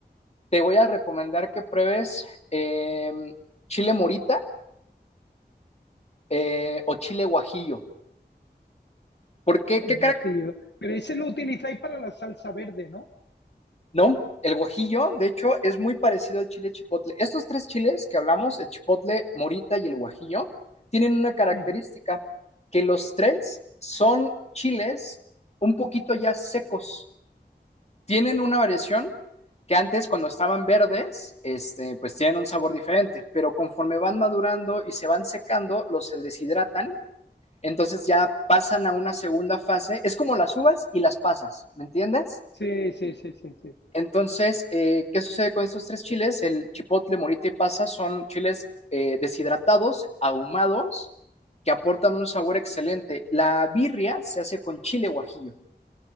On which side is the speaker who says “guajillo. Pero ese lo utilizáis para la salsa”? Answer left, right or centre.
Left